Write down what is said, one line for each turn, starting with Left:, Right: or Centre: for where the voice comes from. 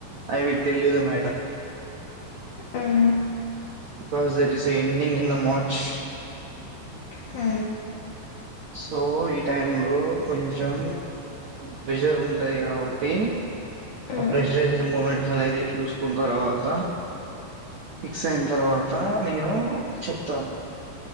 Right: I will tell you the madam
Left: అవునా
Right: బికాస్ ఇట్ ఇస్ ఈవెనింగ్ ఇందా మార్చ్
Left: హ
Right: సో ఈ టైమ్ లో కొంచం ప్రెషర్ ఉంటాయి కాబ తే ఆ
Left: మ్మ్
Right: ప్రెజరైజర్ మూమెంట్స్ అనేది చూసుకున్న తర్వాత ఫిక్స్ అయిన తర్వాత నేను చెప్తాను